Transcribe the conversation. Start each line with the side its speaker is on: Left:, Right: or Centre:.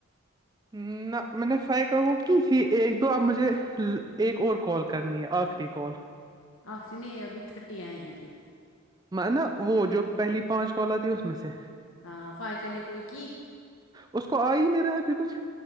Right: ہ نہ میں نے فائیک کی تھی ایک دو اب مجھے ایک اور کال کرنی ہے آخری کال
Left: آخری نہیں ابھی تھرٹی آئیں گی
Right: میں نا وہ جو پہلی پانچ کال آتی اس میں سے
Left: ہاں فاے کر کوئی کی
Right: اس کو آ ہی نہیںیر رہا ابھی کچھ